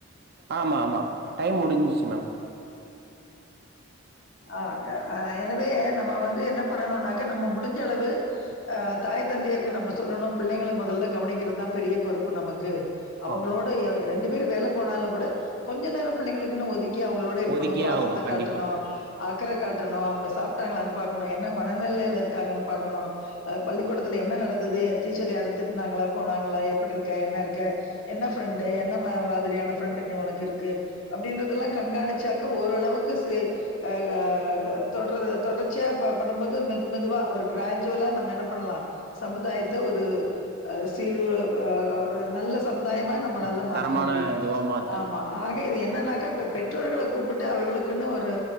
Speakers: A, on the right (about 55°); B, on the left (about 85°).
A: ஆமா ஆமா டைம் முடிஞ்சிச்சு மேம்
B: ஆ அ எனவே நம்ம வந்து என்ன பண்ணணுனாக்க நம்ம முடிஞ்சளவு அ தாய் தந்தையருக்கு நம்ம சொல்லணு பிள்ளைங்கள மொதல்ல கவனிக்கிறதுதா பெரிய பொறுப்பு நமக்கு அவங்களோட
A: ஓகே
B: ரெண்டு பேரும் வேல போனாலு கூட கொஞ்ச நேரம் பிள்ளைங்களுக்குனு ஒதுக்கி அவங்களோட இரு
A: ஒதுக்கியே
B: பாசத்த
A: ஆகணு கண்டிப்பா
B: காட்டணு அக்கரை காட்டணு அவங்கள சாப்ட்டாங்களானு பாக்கணு என்ன மனநிலைல இருக்காங்கன்னு பாக்கணு அ பள்ளிக்கூடத்துல என்ன நடந்தது டீச்சர் யாருந் திட்டுனாங்களா போனாங்களா எப்டி இருக்க என்ன இருக்க என்ன ஃப்ரெண்டு என்ன மாதிரியான ஃப்ரெண்ட் நீ உனக்கு இருக்கு அப்டின்றதெல்லா கண்காணி ச்சாக்கா ஓரளவுக்கு சி அ தொடர் தொடர்ச்சியா ப பண்ணும்போது மெது மெதுவா ஒரு கிராஜுவலா நம்ம என்ன பண்ணலா சமுதாயத்த ஒரு அ சீறு ஒரு அ ஒ ஒரு நல்ல சமுதாயமா நம்மளால
A: ம்,
B: மாத்த
A: தரமான
B: முடியு
A: இதுவா மாத்தலா
B: ஆமா ஆக இது என்னன்னாக்க பெ பெற்றோர்களக் கூப்டுட்டு அவர்களுக்குன்னு ஒரு